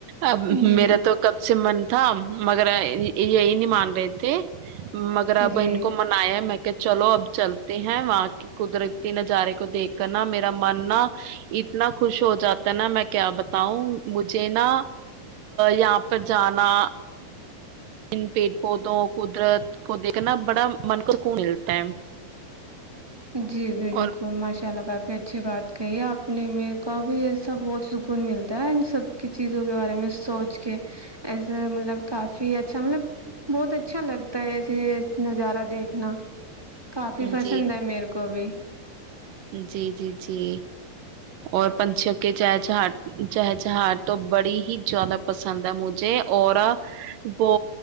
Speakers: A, on the right (about 75°); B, on the right (about 15°).
A: اب میرا
B: جی
A: تو کب سے من تھا مگر یہی نہیں مان رہے تھے مگر اب
B: جی
A: ان کو منایا ہے میں کہ چلو اب چلتے ہیں وہاں کے قدرتی نظارے کو دیکھ کر نا میرا من نا اتنا خوش ہو جاتا نا میں کیا بتاؤں مجھے نا یہاں پر جانا ان پیڑ پودوں قدرت کو دیکھ کرنا بڑا من کو خون ملتا ہے
B: جی بالکل
A: اور
B: ماشاء اللہ کافی اچھی بات کہی آپ اپنے م کو بھی ایسا بہت سکون ملتا ہے ان سب کی چیزوں کے بارے میں سوچ کے ایسے مطلب کافی اچھا مطلب بہت اچھا لگتا ہے ایسے نظارہ دیکھنا کافی
A: جی
B: پسند ہے میرا ا بھی <inaudible>
A: جی جی جی اور پنچ کے چہچاٹ چہچہاٹ تو بڑی ہی زیادہ پسند ہے مجھے اور وہ